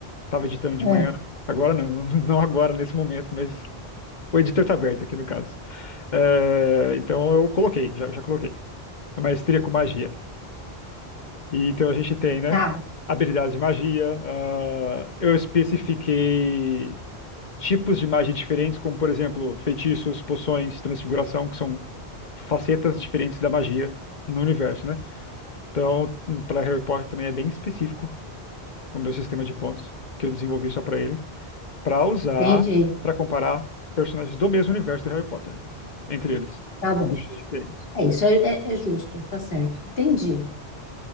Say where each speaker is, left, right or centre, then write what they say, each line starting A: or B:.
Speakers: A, on the left; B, on the left.
A: Tava editando de
B: É.
A: manhã. Agora não, <laughs> não agora nesse momento, mas o editor tá aberto aqui no caso. É, então eu coloquei, já, já coloquei. Maestria com magia. E, então a gente tem, né?
B: Tá.
A: Habilidades de magia. ah, eu especifiquei tipos de magia diferentes, como por exemplo, feitiços, poções, transfiguração, que são facetas diferentes da magia no universo, né? Então, para Harry Potter também é bem específico o meu sistema de pontos, que eu desenvolvi só para ele. para usar
B: Entendi.
A: para comparar personagens do mesmo universo do Harry Potter entre eles.
B: Tá bom.
A: Bichos diferentes.
B: É isso, é, é- é justo, tá certo. Entendi.